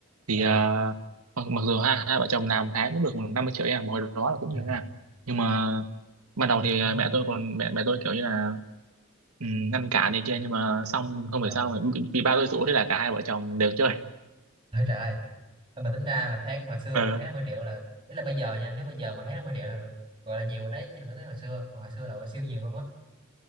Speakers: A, on the right (about 85°); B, on the right (about 20°).
A: thì
B: ờ
A: à, mặc, mặc dù hai hai vợ chồng làm tháng cũng được khoảng 50 triệu nha mà hồi đó là cũng nhiều
B: ừ,
A: nha nhưng mà ban
B: đúng
A: đầu
B: rồi,
A: thì
B: đúng
A: à,
B: rồi.
A: mẹ tôi còn mẹ mẹ tôi kiểu như là ừ, ngăn cản này kia nhưng mà xong không
B: ờ
A: phải sao mà bị, bị ba tôi rủ thế là cả hai vợ chồng đều chơi
B: <laughs> Ôi trời ơi, Thôi mà tính ra tháng hồi xưa
A: Ờ,
B: mà tháng 50 triệu là ý là bây giờ nha nếu bây giờ mà tháng 50 triệu là gọi là nhiều rồi đấy chứ đừng nói tới hồi xưa Còn hồi xưa là gọi siêu nhiều luôn á